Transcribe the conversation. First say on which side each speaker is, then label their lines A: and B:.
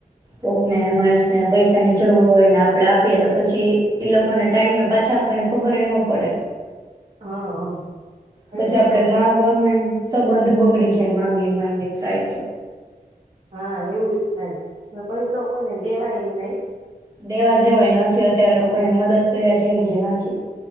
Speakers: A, on the right; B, on the right.
A: કોકને માણસને પૈસા અને જોવુ હોયને આપડે આપીએ તો પછી ઈ લોકોને ટાઈમે પાછા આપવાની ખબર યે ન પડે.
B: હા હા. પૈસો
A: પછી આપડે
B: ભલે
A: માગવા મા સંબંધ બગડી જાય માંગી-માંગી થાય તો.
B: હા એવું જ થાય તો, પૈસો કોઈને દેવાય હી નય.
A: દેવા જેવુય નથી અત્યારે તો કોઈને મદદ કર્યા જેવી જ નથી.